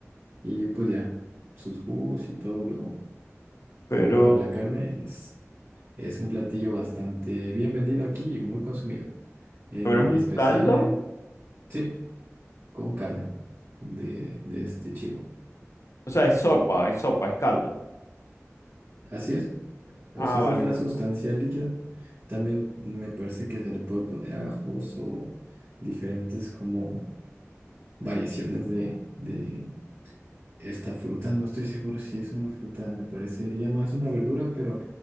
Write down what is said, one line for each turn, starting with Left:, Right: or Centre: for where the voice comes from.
Right: y pues ya, sus jugos y todo lo,
Left: Pero,
Right: lo bueno de la carne es, es un platillo bastante bien vendido aquí y muy consumido. En
Left: pero es un
Right: especial
Left: caldo,
Right: en, sí, con carne de, de este chivo.
Left: o sea, es sopa, es sopa, es caldo.
Right: Así es, o
Left: Ah,
Right: sea, esa
Left: vale,
Right: es la
Left: vale,
Right: sustancia
Left: vale.
Right: líquida. También me parece que se le puede poner ajos o diferentes como variaciones de, de esta fruta. No estoy seguro si es una fruta, me parecería más una verdura, pero